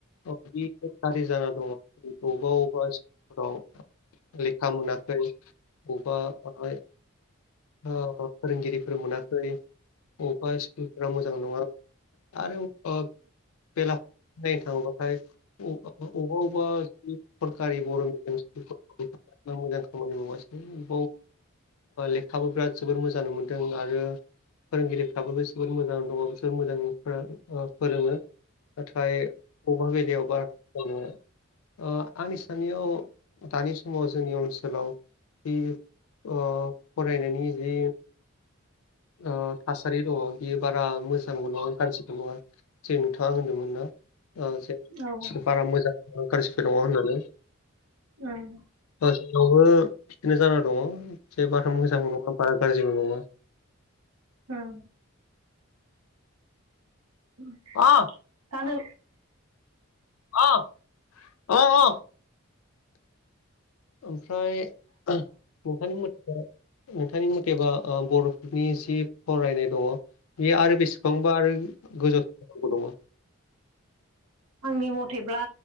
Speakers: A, on the left; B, on the right.
A: औ बेदि गाज्रि जाना दंङ अबेबा अबेबा स्कुलफोराव लेखा मोनाखै बबा थानाय ओ फोरोंगिरिफोर मोनाखै बबेबा स्कुलफोरा मोजां नंङा आरो आबबा बेला नायनो थां बाथाय अबेबा अबेबा सरकारि बर मिडियाम स्कुल मोजां खामानि मावासै बे लेखाबो बिराद जोबोर मोजांबो मोन्दों आरो फोरोंगिरिफ्राबो जबोद मोजां दंङ बिसोर मोजां ओ फोरोङो। नाथाय बबेबा बेलायावबा ओ आंनि साननायाव दानि समाव जोंनि ओनस ओनसोलाव जि ओ फरायनायनि जि ओ थासारि दंङ बियो बारा मोजांबो नंङा गाज्रिबो नंङा जे नोंथांङा होनदोंमोन। ओ
B: दा ओ
A: बारा मोजां गाज्रिबो दङ होननानै।
B: ओम
A: ओ जोंनावबो पिकनिक जाना दंङ एसे बाथाम मोजांबो नंङा बारा गाज्रिबो नंङा।
B: ओम उम
A: अ
B: थानो
A: अ अ अ ओमफ्राय नोंथांनि मथेबा नोंथांनि मुथेबा ओ बरफोरनि जि फरायनाय दंङ बेयो आरो बेसे बेसेबांबा आरो गोजौ थांनांगौ दंङ।
B: आंनि मथेब्ला